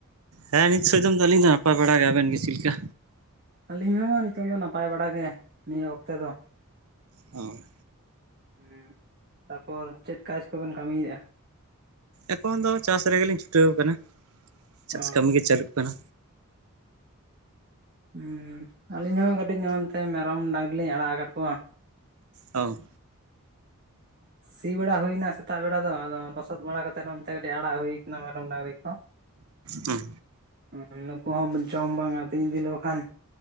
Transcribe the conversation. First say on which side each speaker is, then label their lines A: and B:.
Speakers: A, on the right; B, on the right.
A: ᱦᱮᱸ ᱱᱤᱛ ᱥᱳᱭᱫᱚᱢ ᱫᱚ ᱟᱹᱞᱤᱧ ᱫᱚ ᱱᱟᱯᱟᱭ ᱵᱟᱲᱟ ᱜᱮ ᱟᱵᱮᱱ ᱜᱮ ᱪᱤᱫ ᱞᱮᱠᱟ?
B: ᱟᱹᱞᱤᱧ ᱦᱚᱸ ᱱᱤᱛᱚᱜ ᱫᱚ ᱱᱟᱯᱟᱭ ᱵᱟᱲᱟ ᱜᱮ ᱱᱤᱭᱟᱹ ᱚᱠᱛᱮ ᱫᱚ᱾
A: ᱦᱮᱸ᱾
B: ᱦᱩᱸ ᱛᱟᱯᱚᱨ ᱪᱮᱫ ᱠᱟᱡ ᱠᱚᱵᱮᱱ ᱠᱟᱢᱤᱭᱮᱜ-ᱟ?
A: ᱮᱠᱷᱚᱱ ᱫᱚ ᱪᱟᱥ ᱨᱮᱜᱮᱞᱤᱧ ᱪᱷᱩᱴᱟᱹᱣ ᱠᱟᱱᱟ, ᱪᱟᱥ
B: ᱚ
A: ᱠᱟᱢᱤ ᱜᱮ ᱪᱟᱞᱩᱜ ᱠᱟᱱᱟ᱾
B: ᱦᱩᱸ, ᱟᱹᱞᱤᱧ ᱦᱚᱸ ᱠᱟᱹᱴᱤᱡ ᱱᱚᱜ ᱚᱱᱛᱮ ᱢᱮᱨᱚᱢ ᱰᱟᱝᱨᱤ ᱞᱤᱧ ᱟᱲᱟᱜ ᱟᱠᱟᱫ ᱠᱚᱣᱟ᱾
A: ᱚ᱾
B: ᱥᱤ ᱵᱟᱲᱟ ᱦᱩᱭᱱᱟ ᱥᱮᱛᱟᱜ ᱵᱮᱲᱟ ᱫᱚ ᱟᱫᱚ ᱞᱚᱥᱚᱫ ᱵᱟᱲᱟ ᱠᱟᱛᱮᱫ ᱱᱚᱱᱛᱮ ᱠᱟᱹᱴᱤᱡ ᱟᱲᱟᱜ ᱦᱩᱭ ᱠᱟᱱᱟ ᱢᱮᱨᱚᱢ ᱰᱟᱝᱨᱤ ᱠᱚ᱾ <inaudible>
A: ᱦᱩᱸ᱾
B: ᱮᱸ ᱱᱩᱠᱩ ᱦᱚᱸ ᱡᱚᱢ ᱵᱟᱝ ᱟᱹᱛᱤᱧ ᱵᱤ ᱞᱮᱠᱚ ᱠᱷᱟᱱ